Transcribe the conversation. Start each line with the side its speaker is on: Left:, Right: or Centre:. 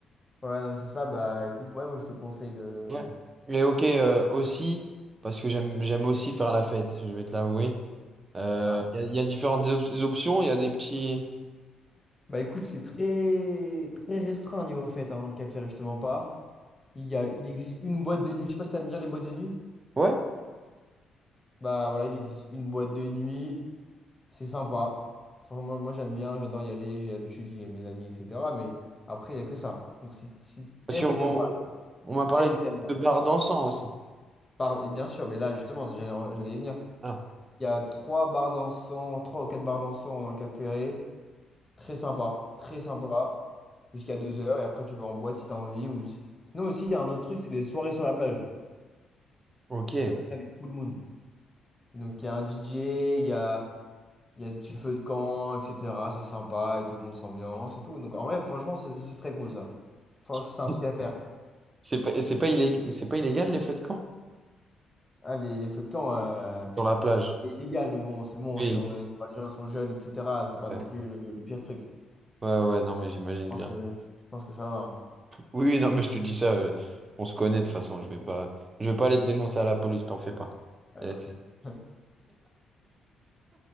Left: ouais, non, mais c'est ça. Bah écoute, ouais, moi, je te conseille de.
Right: Ouais. Les hockey euh, aussi, parce que j'aime j'aime aussi faire la fête, je vais te l'avouer. Euh,
Left: Ah.
Right: Il y, a il y a différentes op- options, il y a des petits...
Left: Bah écoute, c'est très très restreint au niveau fête, hein, le café, justement pas. Il y a, il existe une boîte de nuit. Je sais pas si t'aimes bien les boîtes de nuit.
Right: Ouais,
Left: Bah voilà, il existe une boîte de nuit. C'est sympa. Enfin, moi, moi, j'aime bien, j'adore y aller, j'ai l'habitude, j'ai mes amis, etc. Mais après, il y a que ça. Donc si, si
Right: parce
Left: t'aimes
Right: qu'on
Left: ou t'aimes
Right: on,
Left: pas.
Right: on m'a parlé
Left: T'aimes
Right: de,
Left: ou t'aimes pas?
Right: de bar dansant aussi.
Left: Par- Bien sûr, mais là, justement, j'allais en- j'allais y venir.
Right: Ah,
Left: Il y a trois bars dansants, trois ou quatre bars dansants dans le Cap Ferré. Très sympa, très sympa. Jusqu'à 2 heures. Et après, tu vas en boîte si t'as envie. Ou... si- Sinon, aussi, il y a un autre truc, c'est les soirées sur la plage.
Right: ok.
Left: On appelle ça les full moon. Donc, il y a un DJ, il y a, il y a le petit feu de camp, etc. C'est sympa et tout le monde s'ambiance et tout. Donc, en vrai, franchement, c'est c'est très cool ça. Franch-
Right: <laughs>
Left: C'est un truc à faire.
Right: C'est pas, c'est pas illég- c'est pas illégal les feux de camp
Left: Ah, les, les feux de camp, euh, bon,
Right: sur la plage.
Left: c'est un peu illégal, mais bon, c'est bon,
Right: Oui.
Left: c'est- on est- enfin, les gens sont jeunes, etc. C'est pas
Right: Ouais,
Left: non plus le, le pire truc. Je
Right: ouais, non, mais j'imagine
Left: pense
Right: bien.
Left: que, je pense que ça va. hein.
Right: Oui, oui, non, mais je te dis ça, euh, on se connaît de toute façon, je vais pas, je vais pas aller te dénoncer à la police, t'en fais pas.
Left: Ah,
Right: Euh,
Left: merci. <laughs>